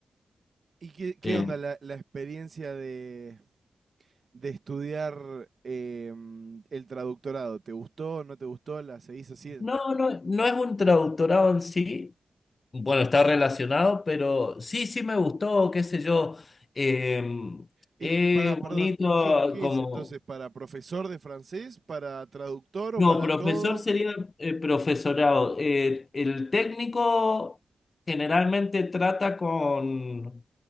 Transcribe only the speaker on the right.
¿y qué, qué
onda la, la experiencia de, de estudiar eh, mm, el traductorado? ¿Te gustó, no te gustó? ¿La seguís así?
Y
para, perdón,
¿qué, qué
es entonces? ¿Para profesor de francés? ¿Para traductor o
para
todo?